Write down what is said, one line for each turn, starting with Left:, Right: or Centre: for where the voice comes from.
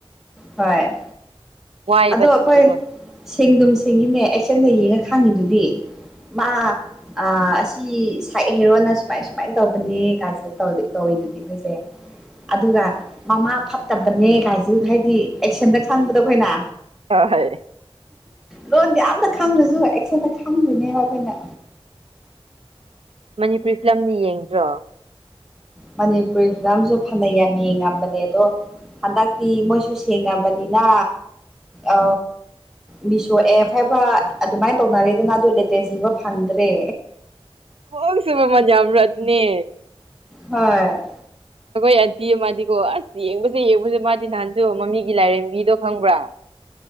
Centre: ꯍꯣꯏ
Right: ꯋꯥꯏꯕ
Centre: ꯑꯗꯣ
Right: ꯊꯤꯕꯗꯣ
Centre: ꯑꯩꯈꯣꯏ ꯁꯦꯡꯗꯨꯨꯝ ꯁꯦꯡꯉꯤꯅꯦ ꯑꯦꯛꯁꯟꯗ ꯌꯦꯡꯉ ꯈꯡꯉꯤꯗꯨꯗꯤ ꯃꯥ ꯑ ꯁꯤ ꯁꯥꯏꯠ ꯍꯦꯔꯣꯅ ꯁꯨꯃꯥꯏ ꯁꯨꯃꯥꯏꯅ ꯇꯧꯕꯅꯦ ꯀꯥꯏꯁꯤꯗꯧ ꯇꯧꯋꯤꯗꯨꯗꯤ ꯑꯩꯈꯣꯏꯁꯦ ꯑꯗꯨꯒ ꯃꯃꯥ ꯐꯠꯇꯕꯅꯦ ꯀꯥꯏꯁꯤ ꯍꯥꯏꯗꯤ ꯑꯦꯛꯁꯟꯗ ꯈꯪꯕꯗꯣ ꯑꯩꯈꯣꯏꯅ
Right: ꯍꯣ ꯍꯣꯏ
Centre: ꯂꯣꯟꯗꯤ ꯑꯝꯇ ꯈꯪꯗ꯭ꯔꯁꯨ ꯑꯦꯛꯁꯟꯗ ꯈꯪꯗꯣꯏꯅꯦꯕ ꯑꯩꯈꯣꯏꯅ
Right: ꯃꯅꯤꯄꯨꯔꯤ ꯐꯤꯂꯝꯗꯤ ꯌꯦꯡꯕ꯭ꯔꯣ
Centre: ꯃꯅꯤꯄꯨꯔꯤ ꯐꯤꯂꯝꯁꯨ ꯐꯅ ꯌꯥꯝ ꯌꯦꯡꯉꯝꯕꯅꯦ ꯑꯗꯣ ꯍꯟꯗꯛꯇꯤ ꯃꯣꯏꯁꯨ ꯁꯦꯡꯅꯕꯅꯤꯅ ꯑ ꯃꯤꯁꯣ ꯑꯦꯞ ꯍꯥꯏꯕ ꯑꯗꯨꯃꯥꯏꯅ ꯇꯧꯅꯔꯦꯗꯅ ꯑꯗꯣ ꯂꯦꯇꯦꯁ ꯌꯦꯡꯕ ꯐꯪꯗ꯭ꯔꯦ
Right: ꯍꯣꯜꯁꯨ ꯃꯃꯜ ꯌꯥꯝꯕ꯭ꯔꯥ ꯑꯗꯨꯅꯦ
Centre: ꯍꯣꯏ
Right: ꯑꯩꯈꯣꯏ ꯑꯟꯇꯤ ꯑꯃꯗꯤꯀꯣ ꯑꯁ ꯌꯦꯡꯕꯁꯦ ꯌꯦꯡꯕꯁꯦ ꯃꯥꯗꯤ ꯅꯍꯥꯟꯁꯨ ꯃꯃꯤꯒꯤ ꯂꯥꯏꯔꯦꯝꯕꯤꯗꯣ ꯈꯪꯕ꯭ꯔꯥ